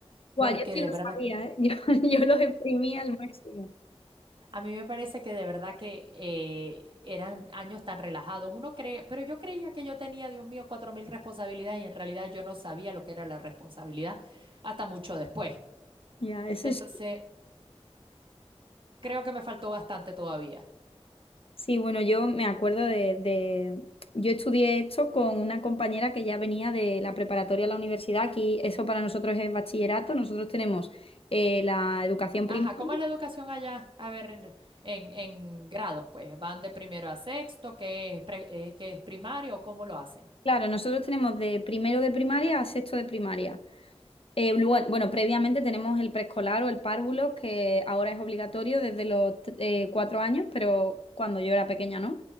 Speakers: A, on the left (about 60°); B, on the right (about 50°).
A: Guau,
B: porque
A: yo sí
B: de
A: lo
B: verdad,
A: sabía, ¿eh? <laughs> Yo, yo los exprimí al máximo.
B: a mí me parece que de verdad que eh, eran años tan relajados. Uno cree, pero yo creía que yo tenía, Dios mío, cuatro mil responsabilidades y en realidad yo no sabía lo que era la responsabilidad hasta mucho después.
A: Ya, eso
B: Entonces,
A: sí.
B: creo que me faltó bastante todavía.
A: Sí, bueno, yo me acuerdo de, de- Yo estudié esto con una compañera que ya venía de la preparatoria a la universidad. Aquí eso para nosotros es bachillerato. Nosotros tenemos eh, la educación primaria.
B: Ajá, ¿cómo es la educación allá? A ver, en, en- en grados, pues, van de primero a sexto, ¿qué es, pre- eh, que es primario, o ¿cómo lo hacen?
A: Claro, nosotros tenemos de primero de primaria a sexto de primaria. Eh, lu- bueno, bueno, previamente tenemos el preescolar o el párvulo, que ahora es obligatorio desde los t- eh, cuatro años, pero cuando yo era pequeña, ¿no?